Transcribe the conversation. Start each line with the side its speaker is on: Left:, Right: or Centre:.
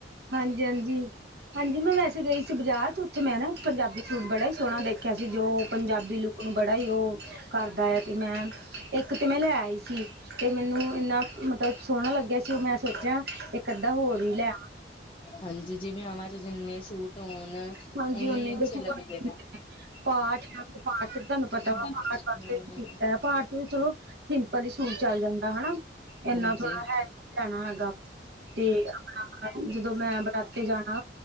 Right: ਹਾਂਜੀ ਹਾਂਜੀ ਹਾਂਜੀ ਮੈਂ ਵੈਸੇ ਗਈ ਸੀ ਬਾਜ਼ਾਰ ਉੱਥੇ ਮੈਂ ਨਾ ਪੰਜਾਬੀ ਸੂਟ ਬੜਾ ਹੀ ਸੋਹਣਾ ਦੇਖਿਆ ਸੀ ਜੋ ਪੰਜਾਬੀ ਲੁੱਕ ਨੂੰ ਬੜਾ ਹੀ ਉਹ ਕਰਦਾ ਆ ਤੇ ਮੈਂ ਇੱਕ ਤਾਂ ਮੈਂ ਲੈ ਆਈ ਸੀ ਤੇ ਮੈਨੂੰ ਇੰਨਾ ਮਤਲਬ ਸੋਹਣਾ ਲੱਗਿਆ ਸੀ, ਉਹ ਮੈਂ ਸੋਚਿਆ ਤੇ ਅੱਧਾ ਹੋਰ ਵੀ ਲੈ
Left: ਹਾਂਜੀ ਜਿਵੇਆਵਾਂ ਚ ਜਿੰਨੇ ਸੂਟ ਹੋਣ
Right: ਹਾਂਜੀ
Left: ਓਨੇ ਅੱਛੇ
Right: ਦੇਖੋ
Left: ਲੱਗਦੇ
Right: ਘੱਟ
Left: ਨੇ
Right: ਪਾਠ ਪਾਠ ਵੀ ਤੁਹਾਨੂੰ ਪਤਾ ਵਾ
Left: ਹਾਂਜੀ,
Right: ਪਾਠ ਵਸ ਪਾਠ ਚਲੋ ਪਰਲੀ ਸੂਟ ਚੱਲ ਜਾਂਦਾ ਹਨਾ ਇੰਨਾ
Left: ਹਾਂਜੀ,
Right: ਥੋੜਾ ਹੈਵੀ ਪੈਣਾ ਹੈਗਾ ਤੇ ਆਪਣਾ ਜਦੋਂ ਮੈਂ ਬਰਾਤੇ ਜਾਣਾ